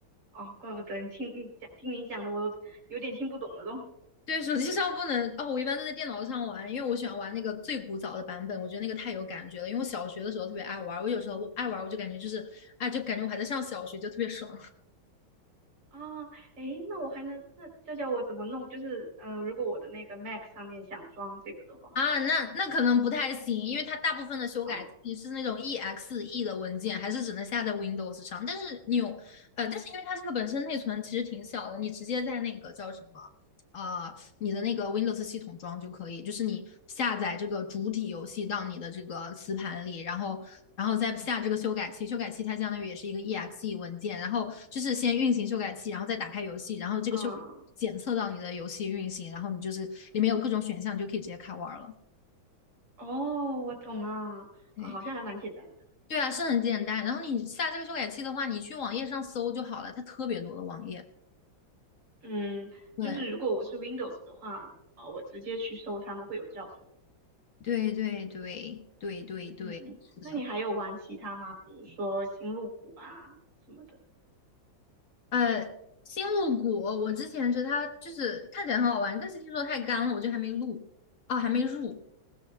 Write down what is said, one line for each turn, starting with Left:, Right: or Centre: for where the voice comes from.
Right: 哦，怪不得你听你讲听你讲的我都有点听不懂了都
Left: 对，手机上不能哦，我一般都在电脑上玩，因为我喜欢玩那个最古早的版本，我觉得那个太有感觉了。因为我小学的时候特别爱玩，我有时候爱玩，我就感觉就是，哎，就感觉我还在上小学，就特别爽。
Right: 啊，诶，那我还能那教教我怎么弄？就是嗯、呃如果我的那个 Mac 上面想装这个的话，
Left: 啊，那那可能不太行，因为它大部分的修改器是那种
Right: 嗯
Left: EXE 的文件，还是只能下在 Windows 上。但是你有，呃，但是因为它这个本身内存其实挺小的，你直接在那个叫什么，呃你的那个 Windows 系统装就可以，就是你下载这个主体游戏到你的这个磁盘里，然后然后再下这个修改器，修改器它相当于也是一个 exe 文件，然后就是先运行修改器，然后再打开游戏，然后这个修检测到你的游戏运行，
Right: 啊
Left: 然后你就是里面有各种选项，你就可以直接开玩了。
Right: 哦，我懂了啊，
Left: 对
Right: 好像还蛮简单的。
Left: 对啊，是很简单。然后你下这个修改器的话，你去网页上搜就好了，它特别多的网页。
Right: 嗯，
Left: 对
Right: 就是如果我是 Windows 的话，呃，我直接去搜他们会有教程。
Left: 对对对对对对，
Right: 嗯，
Left: 是的。
Right: 那你还有玩其他吗？比如说星露谷啊什么的。
Left: 呃，星露谷，我之前觉得它就是看起来很好玩，但是听说太干了，我就还没录，啊，还没入